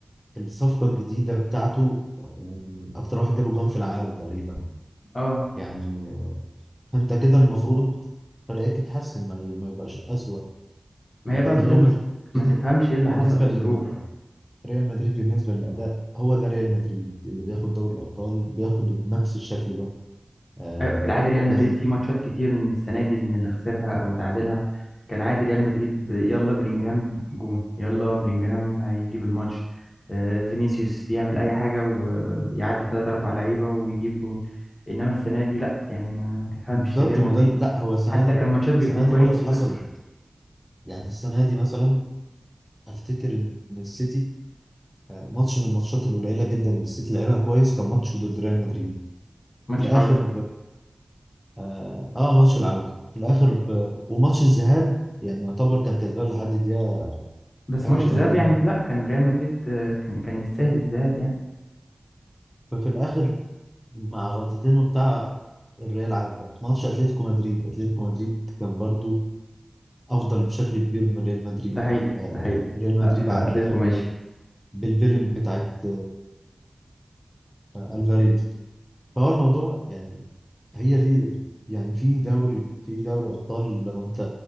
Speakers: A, in the centre; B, on the left.
A: الصفقة الجديدة بتاعته آه، أكتر واحد جاب جوان في العالم تقريبا
B: اه
A: يعني انت كده المفروض فرقتك تتحسن ما ما يبقاش اسوأ
B: ما
A: لكن
B: هي بقى ظروف
A: ريال مدريد
B: ما تفهمش ايه اللي
A: بالنسبه
B: حصل للظروف
A: لل ريال مدريد بالنسبه للاداء هو ده ريال مدريد اللي بياخد دوري الابطال بياخد بنفس الشكل ده آه
B: ايوه في العادي ريال مدريد
A: يعني
B: في ماتشات كتير السنه دي من اللي خسرها او تعادلها كان عادي ريال مدريد ب- يلا بلينجهام جون يلا بلينجهام هيجيب الماتش آه، فينيسيوس يعمل اي حاجه ويعدي ثلاثة اربع لعيبه ويجيب جون انما السنه دي لا يعني ما تفهمش
A: بالظبط
B: ريال
A: ما
B: مدريد
A: ده لا هو السنه
B: حتى
A: دي
B: كان ماتشات بيكون
A: السنه
B: كويس
A: دي برضه حصلت
B: ويخسر
A: يعني السنه دي مثلا افتكر ان السيتي آه، ماتش من الماتشات القليله جدا اللي السيتي لعبها كويس كان ماتش ضد ريال مدريد
B: ماتش
A: في الاخر
B: العوده
A: اه آه، ماتش العودة في الآخر ب... وماتش الذهاب يعني يعتبر كان كسبان لحد الدقيقة
B: بس
A: حاجة
B: ماتش
A: و80
B: الذهاب يعني لا كان ريال مدريد آه، كان كان يستاهل الذهاب يعني
A: ففي الآخر مع غلطتين وبتاع الريال عدى ماتش أتلتيكو مدريد أتلتيكو مدريد كان برضو أفضل بشكل كبير من ريال مدريد
B: ده حقيقي
A: آه،
B: ده حقيقي
A: ريال ريال مدريد
B: لا في
A: عدى
B: اتلتيكو
A: ب...
B: ماشي
A: بالفيلم بتاعت آه، ألفاريز فهو الموضوع يعني هي دي يعني في دوري في دوري أبطال لو أنت